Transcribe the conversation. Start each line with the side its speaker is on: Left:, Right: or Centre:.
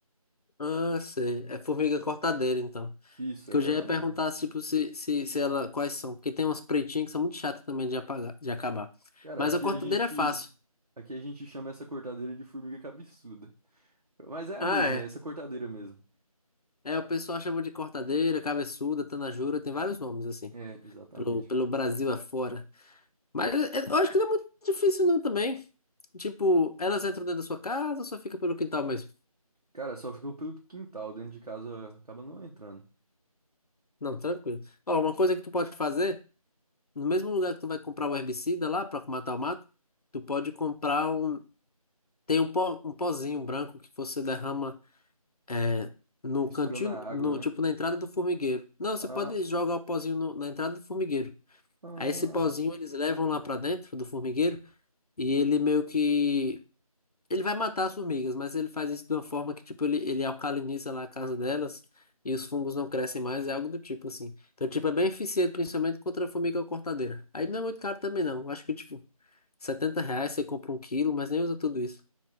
Left: ah, sei. É formiga cortadeira, então.
Right: Isso,
Left: Que
Right: é aquela
Left: eu já ia
Right: mesmo.
Left: perguntar, tipo, se, se, se ela, quais são. Porque tem umas pretinhas que são muito chatas também de apagar, de acabar.
Right: Cara,
Left: Mas
Right: aqui
Left: a cortadeira
Right: a gente
Left: é fácil.
Right: aqui a gente chama essa cortadeira de formiga cabeçuda. Mas é a
Left: Ah,
Right: mesma,
Left: é.
Right: é essa cortadeira mesmo.
Left: É, o pessoal chama de cortadeira, cabeçuda, tanajura, tem vários nomes, assim.
Right: É, exatamente.
Left: Pelo, pelo Brasil afora. Mas eu eu acho que não é muito difícil não também. Tipo, elas entram dentro da sua casa ou só fica pelo quintal mesmo?
Right: Cara, só ficou pelo quintal, dentro de casa acaba não entrando.
Left: Não, tranquilo. Ó, uma coisa que tu pode fazer, no mesmo lugar que tu vai comprar o herbicida lá pra matar o mato, tu pode comprar um... Tem um pó, um pozinho branco que você derrama é, no
Right: Misturando
Left: cantinho,
Right: a água,
Left: no,
Right: né?
Left: tipo, na entrada do formigueiro. Não, você
Right: Ah,
Left: pode jogar o pozinho no- na entrada do formigueiro.
Right: ah.
Left: Aí esse pozinho eles levam lá pra dentro do formigueiro e ele meio que Ele vai matar as formigas, mas ele faz isso de uma forma que, tipo, ele, ele alcaliniza lá a casa delas e os fungos não crescem mais, é algo do tipo, assim. Então, tipo, é bem eficiente, principalmente contra a formiga cortadeira. Aí não é muito caro também, não. Acho que, tipo, 70 reais você compra um quilo, mas nem usa tudo isso.